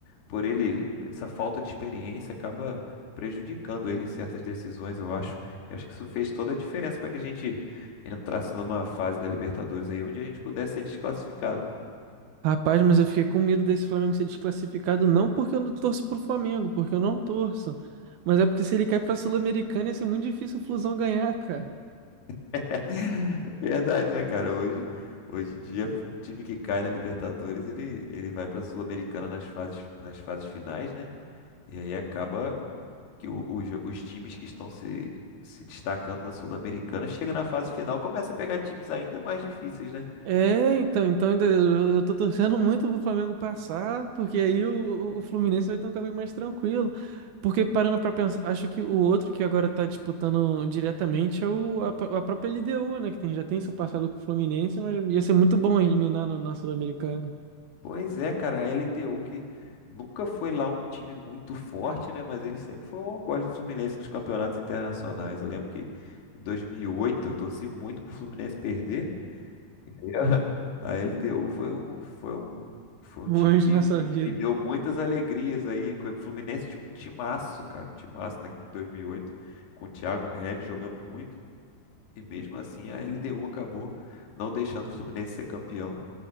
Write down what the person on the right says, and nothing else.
Rapaz, mas eu fiquei com medo desse Flamengo ser desclassificado, não porque eu não torço pro Flamengo, porque eu não torço, mas é porque se ele cair pra Sul-Americana ia ser muito difícil o Flusão ganhar, cara.
É, então, então ainda eu eu tô torcendo muito pro Flamengo passar, porque aí o, o Fluminense vai ter um caminho mais tranquilo. Porque parando pra pensar, acho que o outro que agora tá disputando diretamente é o, a, pró- a própria LDU, né? Que tem, já tem seu passado com o Fluminense, mas ia ser muito bom eliminar no, na Sul-Americana.
Um
anjo
na sua vida.